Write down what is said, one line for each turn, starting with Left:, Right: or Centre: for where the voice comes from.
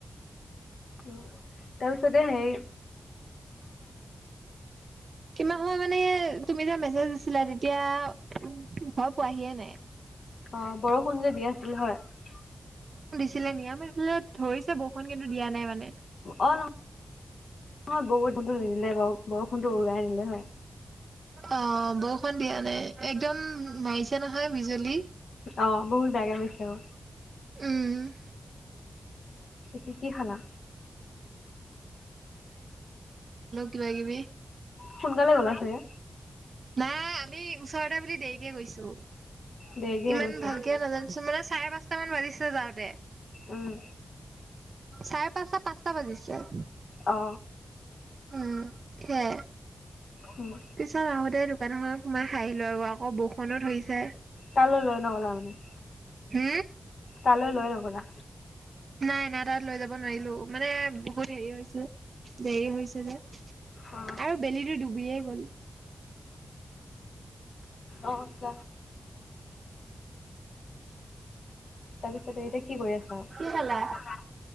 Left: তোৰ। তাতে হেৰী।
Right: কিমান সময় মানে তুমি যে মেছেজ দিছিলা। মেছেজ দিছিলা তেতিয়া উ ঘৰ পোৱাহিয়ে নাই।
Left: অ' বৰষুণ যে দি আছিল হয়।
Right: ছিলে <inaudible> ধৰিছে বৰষুণ কিন্তু দিয়া নাই মানে
Left: অ' নহয় বৰষুণ টো নিদিলে বাৰু। বৰষুণটো উৰাই আনিলে হয়
Right: অ' বৰষুণ দিয়া নাই একদম। মাৰিছে নহয় বিজুলী
Left: অ বহুত বেয়াকে পাইছে অ
Right: উম।
Left: কি কি খালা?
Right: কিবাকিবি
Left: সোনকালে গ'লা চাগে?
Right: নাই আমি ওচৰতে বুলি দেৰিকে গৈছো।
Left: দেৰিকে
Right: ইমান
Left: হৈ গৈছে
Right: ভালকেও নাজানোছো মানে চাৰে পাঁচটা মান বাজিছে যাওঁত তে
Left: উম
Right: চাৰে পাঁচটা পাঁচটা বাজিছ ছে।
Left: অ
Right: উম হে।
Left: উম
Right: পিছত আহোতে দোকান এখনত সোমাই খাই আহিলো আও আকৌ বৰষুণো ধৰিছে।
Left: তালৈ লৈ লোৱা ন অনলাইন মানে।
Right: হু।
Left: তালৈ লৈ লবলা।
Right: নাই নাই তাত লৈ যাব নোৱাৰিলো মানে বহুত হেৰি হৈছে। দেৰি হৈছে যে
Left: অ
Right: আৰু বেলিটো ডুবিয়ে গ'ল।
Left: অ', ক। তাৰপিছতে এতিয়া কি কৰি আছা?
Right: কি খালা